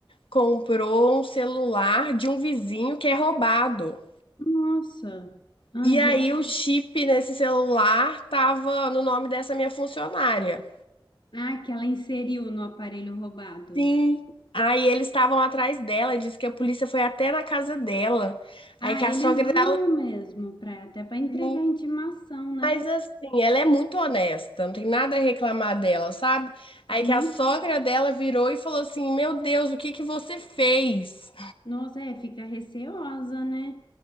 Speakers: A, on the left (about 80°); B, on the left (about 60°).
A: comprou um celular de um vizinho que é roubado.
B: Nossa, ah,
A: E
B: e
A: aí
B: é-
A: o chip nesse celular tava no nome dessa minha funcionária.
B: ah, que ela inseriu no aparelho roubado.
A: Sim. Aí eles estavam atrás dela, disse que a polícia foi até na casa dela.
B: Ah,
A: Aí que
B: eles
A: a sogra
B: vão
A: dela.
B: mesmo, pra, até para entregar
A: Sim,
B: intimação, né?
A: Mas assim, ela é muito honesta, não tem nada a reclamar dela, sabe? Aí
B: Uhum.
A: que a sogra dela virou e falou assim: Meu Deus, o que que você fez?
B: Nossa, é, fica receosa, né?